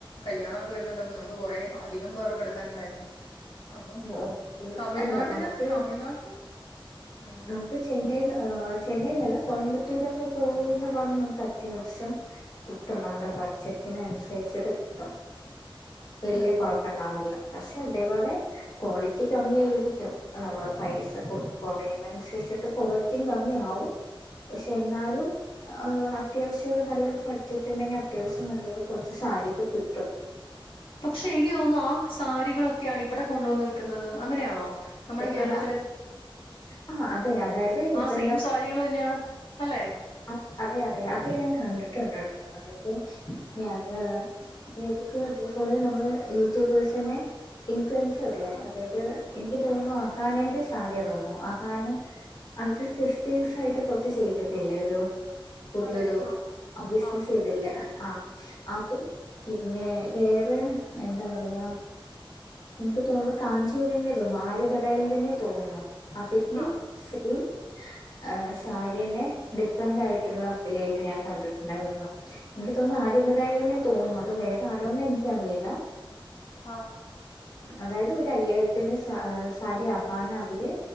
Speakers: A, on the left; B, on the left.
A: കല്യാണക്കെ വരുന്നുണ്ട് നമുക്ക് കൊറെ അധികം പേർക്കെടുക്കാനുണ്ടായിരുന്നു. അപ്പം
B: ഓക്കെ
A: തമിഴ്നാട്ടില്
B: അല്ല നമുക്ക്
A: തമിഴ്നാട്ടില് ഉം
B: ഇപ്പൊ ചെന്നൈയിൽ ഏഹ് ചെന്നൈയിലല്ല കോയമ്പത്തൂരൊക്കെ പോയിന്ന് പറഞ്ഞ നമുക്കത്യാവശ്യം. കിട്ടും നമ്മുടെ ബഡ്ജറ്റിനനുസരിച്ചിട്ട് കിട്ടും. വല്യ
A: ഉം
B: കൊഴപ്പണ്ടാവില്ല പഷേ ഇതേപോലെ. ക്വാളിറ്റി കമ്മിയായിരിക്കും. നമ്മള് പൈസ കൊറയുന്നനുസരിച്ചിട്ട് ക്വാളിറ്റി കമ്മിയാവും. പഷേ എന്നാലും. ഏഹ് അത്യാവശ്യം നല്ലൊരു ബഡ്ജറ്റ് ണ്ടെങ്കി. അത്യാവശ്യം നല്ലൊരു കൊറച്ച് സാരിക്കെ കിട്ടും.
A: പക്ഷെ എനിക്ക് തോന്നുന്നു ആ സാരികളൊക്കെയാണ് ഇവിടെ കൊണ്ടുവന്ന് വിക്കുന്നത്. അങ്ങനെയാണോ. നമ്മുടെ കേരളത്തില്
B: അഹാ ആഹ് അതെ അതായത്
A: ആ
B: ഇപ്പൊ
A: സെയിം സാരികൾ തന്നെണ് അല്ലെ.
B: അത് അതെ അതെ അത് ഞാൻ കണ്ടിട്ടുണ്ട് ട്ടോ അതായത് ഞാന്. എതൊക്ക ഇതേപോലെ നമ്മള് യൂട്യൂബേഴ്ന്നെ ഇൻഫ്ലുവൻസ്
A: ഉം
B: വരില്ലേ അതായത് എനിക്ക് തോന്നുന്നു ആഹാനന്റെ സാര്യ തോന്നുന്നു ആഹാന അത് സിസ്റ്റേഴ്സ് ആയിട്ട് കൊറച്ച് ചെയ്തിട്ടില്ലേ. രു പുതിയൊരു
A: അതെ ആ
B: ബിസിനസ്
A: ആ
B: ചെയ്തില്ലേ ആ അതും. പിന്നെ വേറെ എന്താ പറയാ. എനിക്ക് തോന്നു കാഞ്ചീപുരന്നെ തോന്നുന്നു ആര്യബടായിന്റെന്നെ തോന്നുന്നു അതിന്റെ
A: ആ
B: സെയിം ഏഹ് സാരിന്നെ ഡിഫറന്റ് ആയിട്ടുള്ള
A: ഉം
B: ഇലേല് ഞാൻ കണ്ടിട്ട്ണ്ടായിര്ന്നു. എനിക്ക് തോന്നു ആര്യബടായിന്നെ തോന്നു. അത് വേറെ ആരൊന്നു എനിക്കറീലാ..
A: ആഹ്
B: അതായത് ഒരു അയ്യായിരത്തിന്റെ സാരി ആഹാന. അവര്